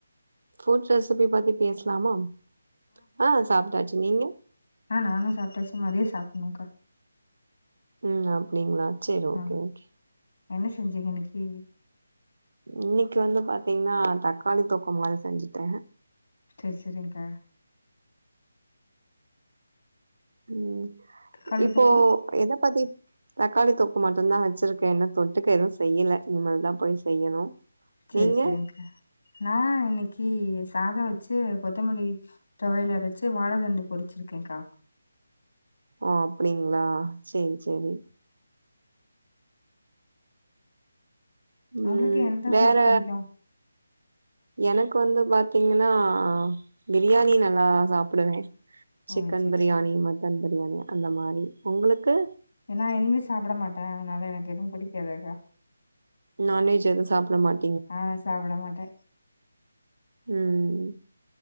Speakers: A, on the right; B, on the left.
A: ஃபுட் ரெசிபி பத்தி பேசலாமா ஆ சாப்ட்டாச்சு நீங்க
B: ஆ நானு சாப்ட்டாச்சு மதிய சாப்ட்ணுக்கா
A: ம் அப்டிங்களா சேரி ஓகே
B: ஆ
A: ஓகே
B: என்ன செஞ்சிங்க இன்னைக்கு
A: இன்னைக்கு வந்து பாத்தீங்கனா தக்காளி தக்காளி தொக்கு மாரி செஞ்சுட்டே
B: சேரி சேரிங்க்கா
A: ம்
B: தக்காளி
A: இப்போ
B: தொக்கோ
A: எத பத்தி தக்காளி தொக்கு மட்டும்தா வெச்சிருக்கே இன்னு தொட்டுக்க எதுவு செய்யலா இனிமேல்தா போய் செய்யணு
B: செரி
A: நீங்க
B: செரிங்ககா நா இன்னைக்கி சாத வச்சு கொத்தமல்லி தொவையல் அரைச்சு வாழ தண்டு பொரிச்சிருக்கேங்க்கா
A: ஓ அப்டிங்களா சேரி சேரி ம்
B: உங்களுக்கு எந்த
A: வேற
B: ஃபுட் புடிக்கு
A: எனக்கு வந்து பாத்தீங்கனா பிரியாணி நல்லா சாப்பிடுவே
B: ஓ
A: சிக்கன்
B: சேரி
A: பிரியாணி
B: சேரி
A: மட் டன் பிரியாணி அந்த மாரி உங்களுக்கு
B: நா என்னுமே சாப்பிட மாட்டே அதனால எனக்கு எதுவு புடிக்காதுக்கா
A: நான்வெஜ் எது சாப்பிட மாட்
B: ஆ சாப்ட மாட்டே
A: ம்,